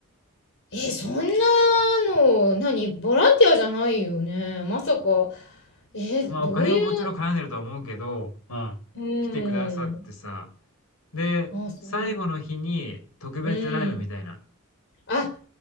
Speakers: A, on the left; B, on the left.
A: え、そんなの、何ボランティアじゃないよね。まさか、え、
B: まあお金ももちろん絡んでるとは思うけど、
A: どういう、
B: まあ来てくださってさ。
A: うん。
B: で、
A: あ、そう。
B: 最後の日に特別ライブみたいな。
A: うん。あ、